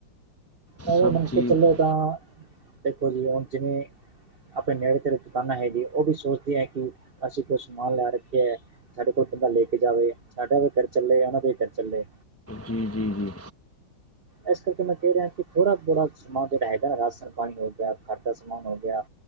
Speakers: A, on the right (about 80°); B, on the left (about 20°).
A: ਉਵੇਂ
B: ਸਭ
A: ਮਨ
B: ਚੀਜ਼
A: ਕੇ ਚੱਲੋ ਤਾਂ, ਦੇਖੋ ਜੀ ਹੁਣ ਜਿਵੇਂ ਆਪਣੇ ਨੇੜੇ -ਤੇੜੇ, ਦੁਕਾਨਾਂ ਹੈਗੀਆਂ, ਉਹ ਵੀ ਸੋਚਦੇ ਹੈ, ਕਿ ਅਸੀਂ ਕੋਈ ਸਮਾਨ ਲੈ ਰੱਖੇ ਹੈ। ਸਾਡੇ ਕੋਲ ਬੰਦਾ ਲੈ ਕੇ ਜਾਵੇ, ਸਾਡਾ ਵੀ ਘਰ ਚੱਲੇ, ਉਹਨਾਂ ਦਾ ਵੀ ਘਰ ਚੱਲੇ।
B: ਜੀ -ਜੀ, ਜੀ।
A: ਇਸ ਕਰਕੇ ਮੈਂ ਕਹਿ ਰਿਹਾ ਕਿ, ਥੋੜਾ -ਬੋੜਾ ਸਮਾਨ ਜਿਹੜਾ ਹੈਗਾ ਨਾ ਰਾਸ਼ਨ ਪਾਣੀ ਹੋ ਗਿਆ, ਘਰ ਦਾ ਸਮਾਨ ਹੋ ਗਿਆ।